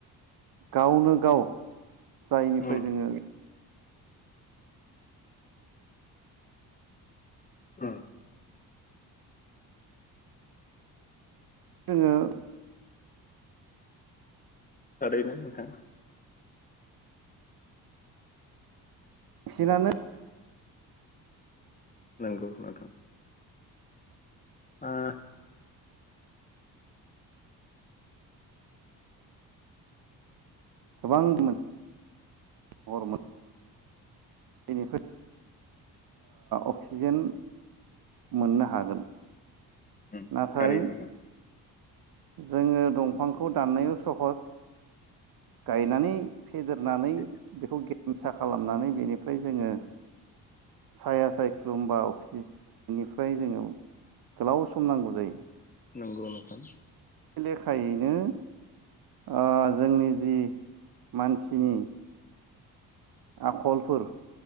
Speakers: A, on the right (about 50°); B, on the left (about 15°).
A: गावनो गाव जायनिफ्राय
B: उम
A: जोङो
B: उम
A: जोङो
B: थारैनो नोंथां।
A: बांसिनानो
B: नंगौ नोंथां ओ
A: गोबां मोनसे <inaudible> बेनिफ्राय अक्सिजेन मोननो हागोन
B: उम
A: नाथाय
B: थारैनो
A: जोङो दंफांखौ दाननायाव सहस गायनानै फेदेरनानै
B: बे
A: बेखौ सा खालामनानै बेनिफ्राय जोङो साया सायख्लुमबा अक्सि बेनिफ्राय जोङो गोलाव सम नांगौ जायो।
B: नंगौ नोथां।
A: बे लेखायैनो ओ जोंनि जि मानसिनि आखलफोर